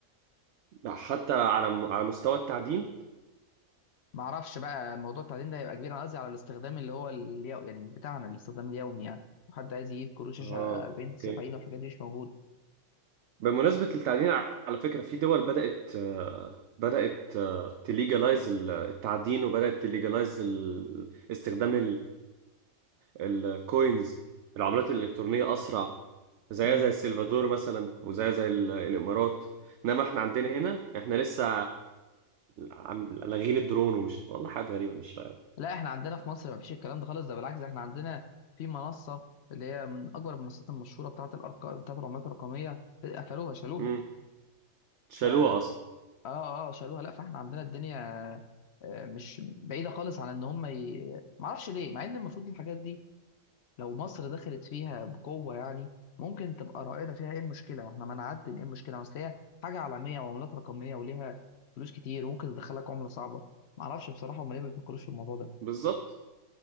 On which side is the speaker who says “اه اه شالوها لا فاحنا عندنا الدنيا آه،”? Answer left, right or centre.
Left